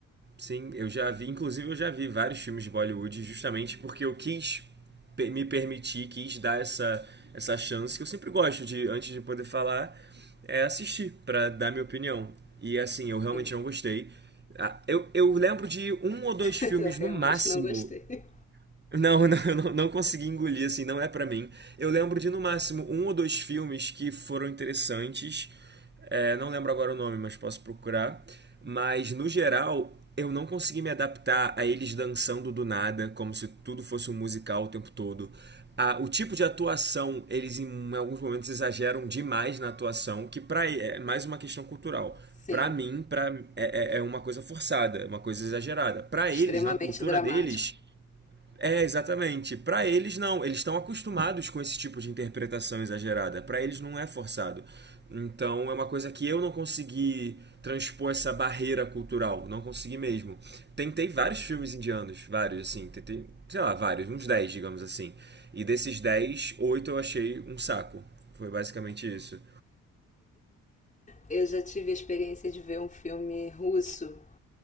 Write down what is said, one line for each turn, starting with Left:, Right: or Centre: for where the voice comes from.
Right: Sim, eu já vi, inclusive eu já vi vários filmes de Bollywood justamente porque eu quis pe- me permitir, quis dar essa, essa chance que eu sempre gosto de, antes de poder falar, é assistir pra dar minha opinião. E assim, eu realmente
Left: Sim.
Right: não gostei. Ah, Eu, eu lembro de um ou dois
Left: <laughs>
Right: filmes
Left: Eu realmente
Right: no máximo
Left: não gostei.
Right: não, <laughs> não, eu não, não consegui engolir, assim, não é pra mim. Eu lembro de no máximo um ou dois filmes que foram interessantes. É, não lembro agora o nome, mas posso procurar. Mas no geral, eu não consegui me adaptar a eles dançando do nada, como se tudo fosse um musical o tempo todo. A- o tipo de atuação, eles em alguns momentos exageram demais na atuação, que pra, é mais uma questão cultural.
Left: Sim.
Right: Pra mim, pra, é, é é uma coisa forçada, é uma coisa exagerada. Pra
Left: Extremamente
Right: eles, na cultura
Left: dramático.
Right: deles, é, exatamente. Pra eles não, eles estão acostumados com esse tipo de interpretação exagerada. Pra eles não é forçado. Então é uma coisa que eu não consegui transpor essa barreira cultural, não consegui mesmo. Tentei vários filmes indianos, vários assim, tentei, sei lá, vários, uns 10, digamos assim. E desses 10, 8 eu achei um saco. Foi basicamente isso.
Left: Eu já tive a experiência de ver um filme russo